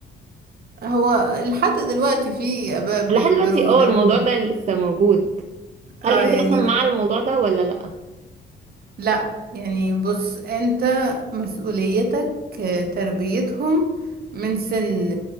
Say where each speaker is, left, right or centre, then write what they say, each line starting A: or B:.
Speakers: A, on the right; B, on the right.
A: هو لحد دلوقتي في اباء بيجبروا
B: لحد دلوقتي اه
A: ولادهم
B: الموضوع ده لسه موجود
A: اه
B: هل انت
A: يعني
B: اصلا مع الموضوع ده ولا لا
A: لا يعني بص انت مسؤوليتك آه، تربيتهم من سن